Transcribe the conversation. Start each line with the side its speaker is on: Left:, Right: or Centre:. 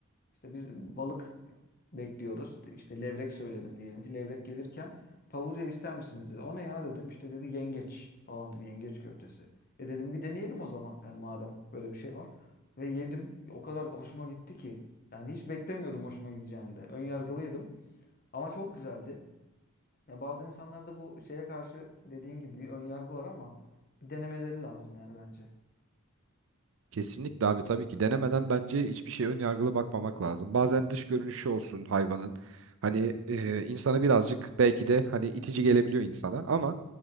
Left: İşte biz balık bekliyoruz. İşte levrek söyledim diyelim ki levrek gelirken pavurya ister misiniz dedi. O ne ya dedim. İşte dedi yengeç falan dedi. Yengeç köftesi. E dedim bir deneyelim o zaman. Yani madem böyle bir şey var. Ve yedim. O kadar hoşuma gitti ki. Yani hiç beklemiyordum hoşuma gideceğini de. Ön yargılıydım. Ama çok güzeldi. Ya bazı insanlarda bu şeye karşı dediğin gibi bir ön yargı var ama bir denemeleri lazım yani bence.
Right: Kesinlikle abi tabii ki denemeden bence hiçbir şeye ön yargılı bakmamak lazım. Bazen dış görünüşü olsun hayvanın. Hani e, insana birazcık belki de hani itici gelebiliyor insana ama